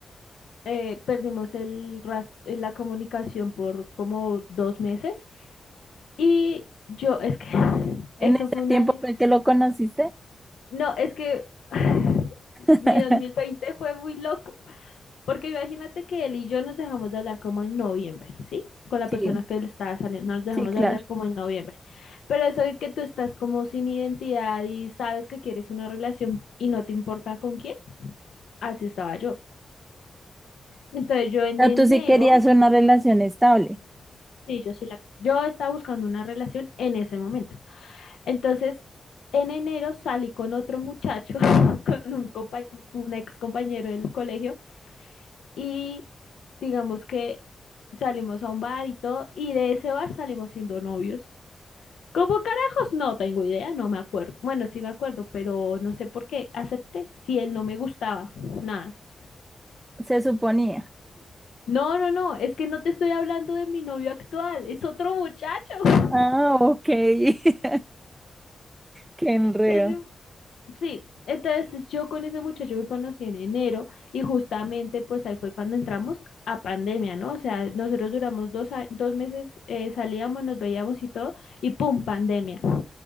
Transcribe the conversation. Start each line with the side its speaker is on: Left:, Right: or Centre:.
Left: eh, perdimos el ras- eh, la comunicación por como dos meses y yo, es que <laughs> <sighs>
Right: En
Left: eso
Right: ese
Left: fue un
Right: tiempo
Left: año,
Right: fue que lo conociste.
Left: no, es que <laughs> <sighs>
Right: <laughs>
Left: mi 2020 fue muy loco, porque imagínate que él y yo nos dejamos de hablar como en noviembre, ¿sí? Con la
Right: Sí,
Left: persona que él estaba saliendo, nos dejamos
Right: sí, claro.
Left: de hablar como en noviembre, pero eso de que tú estás como sin identidad y sabes que quieres una relación y no te importa con quién, así estaba yo. Entonces yo en
Right: O sea,
Left: enero
Right: tú sí querías una relación estable,
Left: Sí, yo sí la... Yo estaba buscando una relación en ese momento. Entonces, en enero salí con otro muchacho, <laughs> con un compañ- un ex compañero del colegio, y digamos que salimos a un bar y todo, y de ese bar salimos siendo novios. ¿Cómo carajos? No tengo idea, no me acuerdo. Bueno, sí me acuerdo, pero no sé por qué acepté, si él no me gustaba, nada.
Right: se suponía.
Left: No, no, no, es que no te estoy hablando de mi novio actual, es otro muchacho. <laughs>
Right: Ah, ok. <laughs> Qué enredo.
Left: Entonces Sí, entonces yo con ese muchacho me conocí en enero y justamente pues ahí fue cuando entramos a pandemia, ¿no? O sea, nosotros duramos dos, a- dos meses, eh, salíamos, nos veíamos y todo, y ¡pum! pandemia.